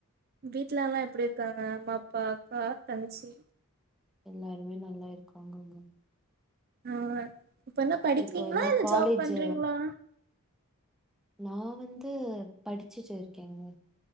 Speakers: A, on the right; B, in the centre.
A: வீட்ல எல்லா எப்படி இருக்காங்க அம்மா அப்பா அக்கா தங்கச்சி
B: எல்லாருமே நல்லா இருக்காங்கங்க
A: ஆஆ இப்ப என்ன படிக்கீங்களா
B: இப்போ எல்லா
A: இல்ல
B: காலேஜ்
A: ஜாப் பண்றீங்களா
B: நா வந்து படிச்சுட்டு இருக்கேங்க